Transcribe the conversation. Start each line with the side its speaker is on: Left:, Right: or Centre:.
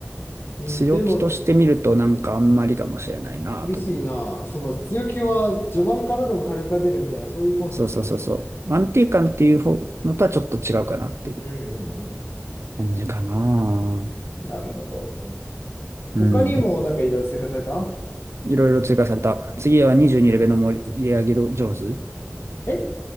Left: うん、
Right: 強気としてみるとなんかあんまりかもしれないなという。
Left: でも、厳しいな。その強気は序盤からでも火力が出るみたいな、そういうコンセプトだもんね。
Right: そうそうそうそう。安定感っていう方のとはちょっと違うかなっていう
Left: うんうんうん。
Right: 感じかな。
Left: なるほど。
Right: うん。
Left: 他にもなんかいろいろ追加された
Right: いろいろ追加された。次は22レベルの盛り上げ上手。
Left: え